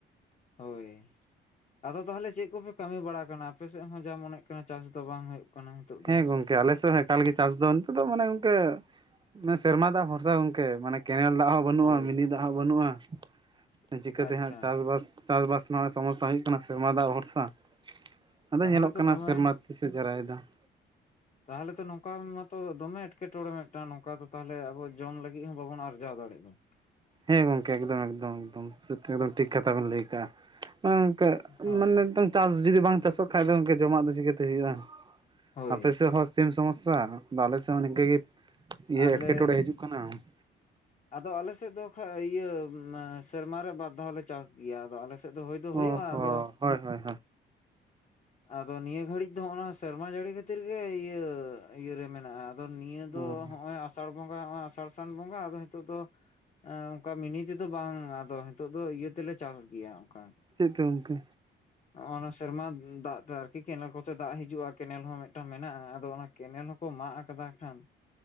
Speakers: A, on the left; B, on the right.
A: ᱦᱳᱭ ᱟᱫᱚ ᱛᱟᱦᱞᱮ ᱪᱮᱫ ᱠᱚᱯᱮ ᱠᱟᱹᱢᱤ ᱵᱟᱲᱟ ᱠᱟᱱᱟ ᱟᱯᱮ ᱥᱮᱫ? ᱦᱚᱸ ᱡᱟ ᱢᱚᱱᱮᱜ ᱠᱟᱱᱟ ᱪᱟᱥ ᱫᱚ ᱵᱟᱝ ᱦᱩᱭᱩᱜ ᱠᱟᱱᱟ ᱱᱤᱛᱚᱜ ᱫᱚ
B: ᱦᱮᱸ
A: ᱾
B: ᱜᱚᱝᱠᱮ ᱟᱞᱮ ᱥᱮᱫ ᱦᱚᱸ ᱮᱠᱟᱞ ᱜᱮ ᱪᱟᱥ ᱫᱚ ᱱᱤᱛ ᱫᱚ ᱢᱟᱱᱮ ᱜᱚᱝᱠᱮ ᱢᱟᱱᱮ ᱥᱮᱨᱢᱟ ᱫᱟᱜ ᱵᱷᱚᱨᱥᱟ ᱜᱚᱢᱠᱮ ᱢᱟᱱᱮ ᱠᱮᱱᱮᱞ ᱫᱟᱜ ᱦᱚᱸ ᱵᱟᱹᱱᱩᱜᱼᱟ,
A: ᱦᱳᱭ
B: ᱢᱤᱱᱤ ᱫᱟᱜ ᱦᱚᱸ ᱵᱟᱹᱱᱩᱜᱼᱟ ᱾ ᱪᱤᱠᱟᱹᱛᱮ
A: ᱟᱪᱪᱷᱟ
B: ᱦᱟᱸᱜ ᱪᱟᱥᱵᱟᱥ ᱪᱟᱥᱼᱵᱟᱥ ᱨᱮᱱᱟᱜ ᱥᱚᱢᱚᱥᱟ ᱦᱩᱭᱩᱜ ᱠᱟᱱᱟ, ᱥᱮᱨᱢᱟ ᱫᱟᱜ ᱵᱷᱚᱨᱥᱟ᱾ ᱟᱫᱚ
A: ᱛᱟᱦᱚᱞᱮ
B: ᱧᱮᱞᱚᱜ
A: ᱛᱚ
B: ᱠᱟᱱᱟ
A: ᱫᱚᱢᱮ
B: ᱥᱮᱨᱢᱟ ᱛᱤ ᱥᱮ ᱡᱟᱨᱟᱭ ᱫᱚ ᱾
A: ᱛᱟᱦᱚᱞᱮ ᱛᱚ ᱱᱚᱝᱠᱟ ᱢᱟᱛᱚ ᱫᱚᱢᱮ ᱮᱴᱠᱮᱴᱚᱬᱮ ᱢᱤᱫᱴᱟᱝ ᱱᱚᱝᱠᱟ ᱫᱚ ᱛᱟᱦᱚᱞᱮ ᱟᱵᱚ ᱡᱚᱢ ᱞᱟᱹᱜᱤᱫ ᱦᱚᱸ ᱵᱟᱵᱚᱱ ᱟᱨᱡᱟᱣ ᱫᱟᱲᱮᱜ ᱫᱚ ᱾
B: ᱦᱮᱸ ᱜᱚᱝᱠᱮ ᱮᱠᱫᱚᱢ ᱮᱠᱫᱚᱢ ᱮᱠᱫᱚᱢ ᱮᱠᱫᱚᱢ ᱴᱷᱤᱠ ᱠᱟᱛᱷᱟ ᱵᱮᱱ ᱞᱟᱹᱭ ᱠᱟᱜᱼᱟ ᱾ ᱚᱱᱮ ᱜᱚᱝᱠᱮ
A: ᱦᱳᱭ
B: ᱢᱟᱱᱮ ᱪᱟᱥ ᱡᱩᱫᱤ ᱵᱟᱝ ᱪᱟᱥᱚᱜ ᱠᱷᱟᱱ ᱫᱚ ᱡᱚᱢᱟᱜ ᱫᱚ ᱪᱤᱠᱟᱹᱛᱮ ᱦᱩᱭᱩᱜᱼᱟ ᱾
A: ᱦᱳᱭ
B: ᱟᱯᱮ ᱥᱮᱫ ᱦᱚᱸ ᱥᱤᱢ ᱥᱚᱢᱚᱥᱟ ᱟᱞᱮ ᱥᱮᱫ ᱦᱚᱸ ᱱᱤᱝᱠᱟᱹ ᱜᱮ ᱤᱭᱟᱹ
A: ᱟᱞᱮ
B: ᱮᱴᱠᱮ ᱴᱚᱬᱮ ᱦᱤᱡᱩᱜ ᱠᱟᱱᱟᱢ ᱾
A: ᱟᱫᱚ ᱟᱞᱮ ᱥᱮᱫ ᱫᱚ ᱠᱷᱟᱡ ᱤᱭᱟᱹ ᱥᱮᱨᱢᱟ ᱨᱮ ᱵᱟᱨ ᱫᱷᱟᱣ ᱞᱮ ᱪᱟᱥ ᱜᱮᱭᱟ, ᱟᱫᱚ ᱟᱞᱮ ᱥᱮᱫ ᱫᱚ ᱦᱳᱭ ᱫᱚ
B: ᱚ
A: ᱦᱩᱭᱩᱜᱼᱟ
B: ᱦᱚᱸ
A: ᱟᱫᱚ
B: ᱦᱳᱭ ᱦᱳᱭ
A: ᱟᱫᱚ ᱱᱤᱭᱟᱹ ᱜᱷᱟᱹᱲᱤᱡ ᱫᱚ ᱦᱚᱸᱜᱼ ᱱᱟ ᱥᱮᱨᱢᱟ ᱡᱟᱹᱲᱤ ᱠᱷᱟᱹᱛᱤᱨ ᱜᱮ ᱤᱭᱟᱹ ᱤᱭᱟᱹᱟᱹᱨᱮ ᱢᱮᱱᱟᱜᱼᱟ ᱟᱫᱚ ᱱᱤᱭᱟᱹ
B: ᱦᱳᱭ
A: ᱫᱚ ᱱᱚᱜᱼᱚᱭ ᱟᱥ ᱟᱥᱟᱲ ᱵᱚᱸᱜᱟ ᱟᱥᱟᱲ ᱥᱟᱱ ᱵᱚᱸᱜᱟ ᱟᱫᱚ ᱱᱤᱛᱚᱜ ᱫᱚ ᱚᱝᱠᱟ ᱢᱤᱱᱤ ᱛᱮᱫᱚ ᱵᱟᱝ ᱟᱫᱚ ᱦᱤᱛᱚᱜ ᱫᱚ ᱤᱭᱟᱹ ᱛᱮᱞᱮ ᱪᱟᱥ ᱜᱮᱭᱟ ᱚᱝᱠᱟ
B: ᱪᱮᱫ ᱠᱚ ᱜᱚᱝᱠᱮ
A: <inaudible> ᱱᱚᱜ ᱚᱱᱟ ᱥᱮᱨᱢᱟ ᱫᱟᱜ ᱛᱮ ᱟᱨᱠᱤ ᱠᱮᱱᱮᱞ ᱠᱚᱛᱮ ᱫᱟᱜ ᱦᱤᱡᱩᱜᱼᱟ ᱠᱮᱱᱮᱞ ᱦᱚᱸ ᱢᱤᱫᱴᱟᱝ ᱢᱮᱱᱟᱜᱼᱟ ᱟᱫᱚ ᱚᱱᱟ ᱠᱮᱱᱮᱞ ᱦᱚᱸ ᱠᱚ ᱢᱟᱜ ᱠᱟᱫᱟ ᱠᱷᱟᱱ